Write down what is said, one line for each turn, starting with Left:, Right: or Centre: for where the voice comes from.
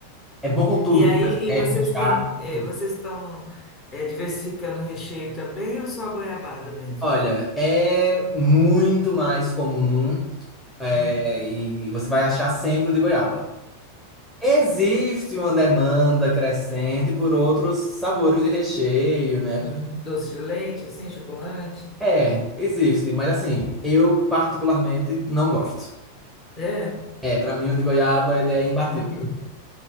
Centre: É bom com tudo,
Left: E aí,
Centre: com café,
Left: e vocês
Centre: com chá,
Left: têm, eh,
Centre: com tudo.
Left: vocês estão eh, diversificando o recheio também ou só a goiabada mesmo?
Centre: Olha, é muito mais comum, é,
Left: Uhum.
Centre: e você vai achar sempre o de goiaba. Existe uma demanda crescente por outros sabores de recheio, né?
Left: Uhum. Doce de leite, assim, chocolate?
Centre: É, existe, mas assim, eu particularmente não gosto.
Left: É?
Centre: É, pra mim o de goiaba ele é imbatível.
Left: Uhum.